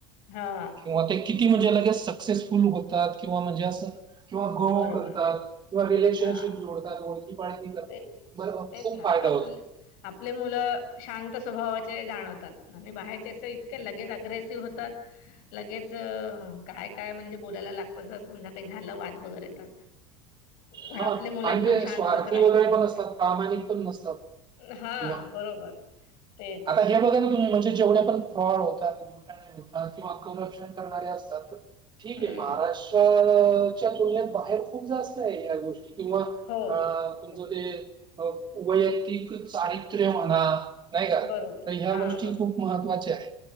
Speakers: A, on the left; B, on the right.
A: हा
B: किंवा ते किती म्हणजे लगेच सक्सेसफुल होतात किंवा म्हणजे असं किंवा गोह
A: बरोबर
B: करतात किंवा रिलेशनशिप
A: हा
B: जोडतात ओळखी पाळखी करतात
A: तेच
B: बर मग
A: तेच
B: खूप
A: ना
B: फायदा
A: आपलं
B: होत
A: आपले मुलं शांत स्वभावाचे जाणवतात म्ह बाहेयचे अस इतक लगेच अग्रेसिव्ह होतात लगेच काय काय म्हणजे बोलायला लागत ज समजा काही झालं वा वगैरे तर पण
B: हा
A: आपले मुलं
B: आणि
A: एकदम
B: ते
A: शांततच
B: स्वार्थी
A: ऐकून
B: वगैरे
A: घेतात
B: पण असतात प्रामाणिक पण नसतात
A: हां
B: किंवा
A: बरोबर तेच
B: आता हे बघाल म्हणजे जेवढे पण फॉड होतात गोटातात किंवा संरक्षण करणारे असतात तर ठीक
A: हम्म
B: आहे महाराष्ट्राच्या तुलनेत बाहेर खूप जास्त आहे या गोष्टी किंवा
A: हो
B: अ तुमचं
A: खूप
B: ते वैयक्तिक चारित्र्य होणार नाही का
A: बरोबर
B: तर ह्या
A: हा
B: गोष्टी
A: बरोबर
B: खूप महत्त्वाच्या आहेत.